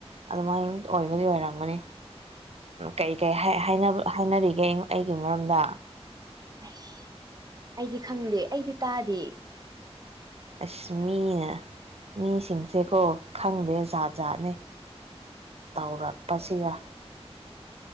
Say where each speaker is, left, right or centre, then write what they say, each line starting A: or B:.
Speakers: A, on the right; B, on the right.
A: ꯑꯗꯨꯃꯥꯏꯅ ꯑꯣꯏꯕꯨꯗꯤ ꯑꯣꯏꯔꯝꯒꯅꯤ ꯀꯩꯀꯩ ꯍꯥꯏꯅꯔꯤꯒꯦ ꯑꯩꯒꯤ ꯃꯔꯝꯗ
B: ꯑꯁ ꯑꯩꯗꯤ ꯈꯪꯗꯦ ꯑꯩꯗꯤ ꯇꯥꯗꯦ
A: ꯑꯁ ꯃꯤꯅ ꯃꯤꯁꯤꯡꯁꯦꯀꯣ ꯈꯪꯗꯦ ꯖꯥꯠ ꯖꯥꯠꯅꯦ ꯇꯧꯔꯛꯄꯁꯤꯒ